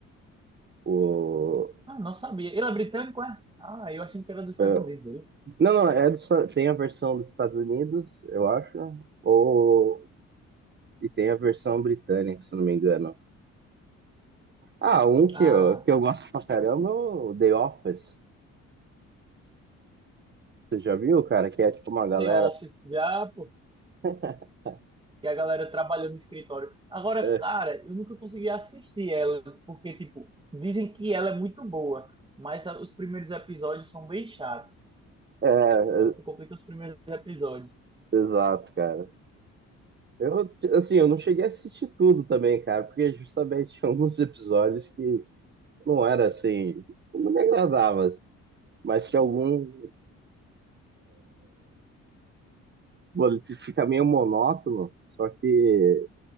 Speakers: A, on the right; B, on the right.
A: O,
B: Ah, não sabia. Ele é britânico, é? Ah, eu achei que era dos Estados
A: é,
B: Unidos, ele.
A: não, não, é do Esta- tem a versão dos Estados Unidos, eu acho, ou e tem a versão britânica, se eu não me engano. Ah, um que
B: Ah,
A: eu, que eu gosto pra caramba é o The Office. Você já viu, cara? Que é tipo uma galera.
B: The Office, já, pô.
A: <laughs>
B: E a galera trabalhando no escritório. Agora,
A: É,
B: cara, eu nunca consegui assistir ela, porque, tipo, dizem que ela é muito boa, mas a- os primeiros episódios são bem chatos.
A: é,
B: Aí o que complica é os primeiros episódios.
A: exato, cara. Eu, assim, eu não cheguei a assistir tudo também, cara, porque justamente tinha alguns episódios que não era assim, não me agradava, mas tinha algum. Mano, fica meio monótono, só que